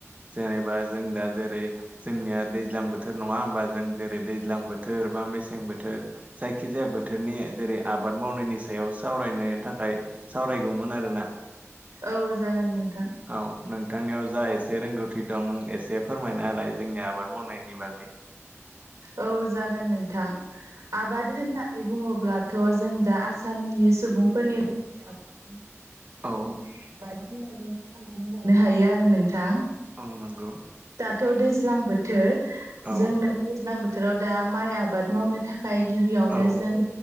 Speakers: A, on the right (about 30°); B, on the right (about 90°).
A: जेनेबा जों दा जेरै जोंनिया दैज्लां बोथोर नङा होमबा जों जेरै दैज्लां बोथोर बा मेसें बोथोर जायखिजाया बोथोरनि जेरै आबाद मावनायनि सायाव सावरायनो थाखाय सावरायगौमोन आरो ना
B: औ जागोन नोंथां
A: औ नोंथांनियाव जा एसे रोंगौथि दं एसे फोरमायना होलाय जोंनि आबाद मावनायनि बागै
B: औ जागोन नोंथां आबाद होनना नै बुङोब्लाथ' जों दा आसामनि सुबुंफोरनि गुबै आबाद <unintelligible>
A: औ
B: होननानै साननानै लानो हायो आरो नोंथां
A: औ नोंगौ
B: दाथ' दैज्लां बोथोर
A: औ
B: जोंनो दैज्लां बोथोराव दा माइ आबाद मावनो थाखाय गिबियावनो
A: औ
B: जों